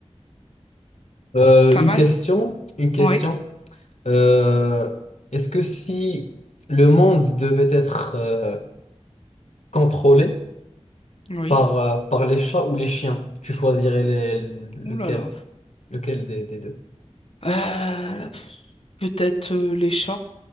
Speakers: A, on the left; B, on the left.
A: Euh,
B: Ça
A: une
B: va?
A: question, une question.
B: Oui,
A: Euh, est-ce que si le monde devait être euh, contrôlé
B: oui.
A: par, euh, par les chats ou les chiens, tu choisirais les, lequel,
B: Ouh là là.
A: lequel des, des deux?
B: Euh, peut-être euh, les chats.